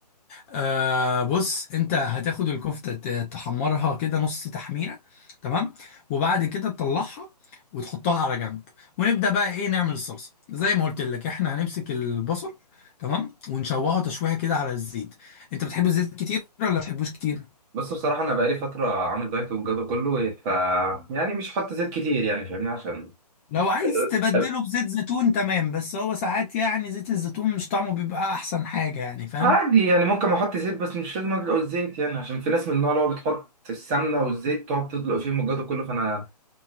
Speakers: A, on the left (about 20°); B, on the right (about 20°).
A: آه بص انت هتاخد الكفته ت- تحمرها كده نص تحميره تمام وبعد كده تطلعها وتحطها على جنب ونبدا بقى ايه نعمل الصلصه زي ما قلت لك احنا هنمسك البصل تمام ونشوحه تشويحه كده على الزيت انت بتحب الزيت كتير ولا ما بتحبوش كتير
B: بص بصراحه انا بقالي فتره عامل دايت والجو ده كله ف يعني مش هحط زيت كتير يعني فاهمني عشان
A: لو عايز
B: ال-
A: تبدله
B: ال-
A: بزيت زيتون تمام بس هو ساعات يعني زيت الزيتون مش طعمه بيبقى احسن حاجة يعني فاهم
B: عادي يعني ممكن احط زيت بس مش لازم ادلق الزيت يعني عشان في ناس من النوع اللي هو بتحط السمنه والزيت تقعد تدلق فيهم والجو ده كله فانا